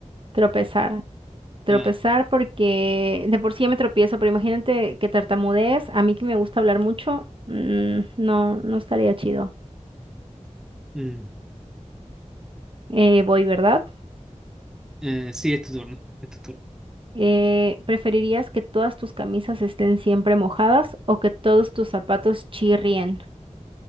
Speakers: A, on the right (about 45°); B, in the centre.
A: tropezar. Tropezar
B: Ah,
A: porque de por sí ya me tropiezo, pero imagínate que tartamudees a mí que me gusta hablar mucho, mm, no, no estaría chido.
B: mm,
A: Eh, voy, ¿verdad?
B: eh, sí, es tu turno. es tu turno.
A: Eh, ¿preferirías que todas tus camisas estén siempre mojadas o que todos tus zapatos chirrien?